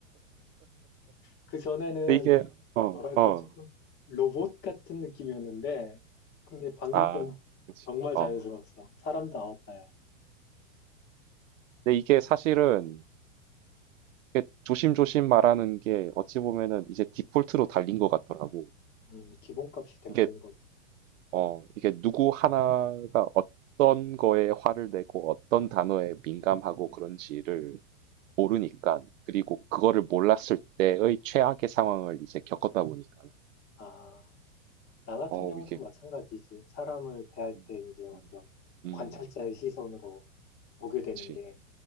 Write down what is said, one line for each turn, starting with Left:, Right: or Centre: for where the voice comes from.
Left: <laughs> 그 전에는
Right: 근데 이게 어,
Left: 뭐랄까
Right: 어,
Left: 조금 로봇 같은 느낌이었는데 근데 방금
Right: 아,
Left: 건
Right: 그렇지.
Left: 정말
Right: 어.
Left: 자연스러웠어. 사람 나왔다야.
Right: 근데 이게 사실은 이렇게 조심조심 말하는 게 어찌 보면은 이제 디폴트로 달린 것 같더라고.
Left: 음, 기본값이 돼버린
Right: 이게
Left: 거죠.
Right: 어, 이게 누구 하나가 어떤 거에 화를 내고 어떤 단어에 민감하고 그런지를 모르니까, 그리고 그거를 몰랐을 때의 최악의 상황을 이제 겪었다 보니까,
Left: 아, 나 같은
Right: 어,
Left: 경우도
Right: 이게,
Left: 마찬가지지. 사람을 대할
Right: 음,
Left: 때 이제 먼저
Right: 음, 음,
Left: 관찰자의 시선으로 보게 되는
Right: 그치.
Left: 게,